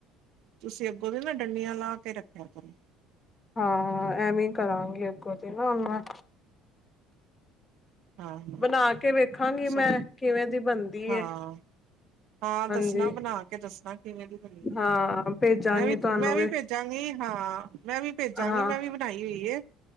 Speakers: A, on the right; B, on the left.
A: ਤੁਸੀਂ ਅੱਗੋਂ ਤੋਂ ਨਾ ਡੰਡੀਆਂ ਲਾ ਕੇ ਰੱਖਿਆ ਕਰੋ।
B: ਹਾਂ ਐਵੇਂ ਹੀ ਕਰਾਂਗੀ, ਅੱਗੋਂ ਤੇ ਨਾ ਹੁਣ ਮੈਂ
A: ਹਾਂ
B: ਬਣਾ ਕੇ ਵੇਖਾਂਗੀ
A: ਸਬਜ਼ੀ
B: ਮੈਂ, ਕਿਵੇਂ ਦੀ ਬਣਦੀ
A: ਹਾਂ
B: ਏ?
A: ਹਾਂ ਦੱਸਣਾ,
B: ਹਾਂਜੀ
A: ਬਣਾ ਕੇ ਦੱਸਣਾ, ਕਿਵੇਂ ਦੀ ਬਣੀ ਏ,
B: ਹਾਂ ਭੇਜਾਂਗੀ
A: ਮੈਂ ਵੀ
B: ਤੁਹਾਨੂੰ
A: ਮੈਂ ਵੀ ਭੇਜ ਭੇਜਾਂਗੀ ਹਾਂ, ਮੈ ਵੀ ਭੇਜਾਗੀ,
B: ਹਾਂ
A: ਮੈ ਵੀ ਬਣਾਈ ਹੋਈ ਐ।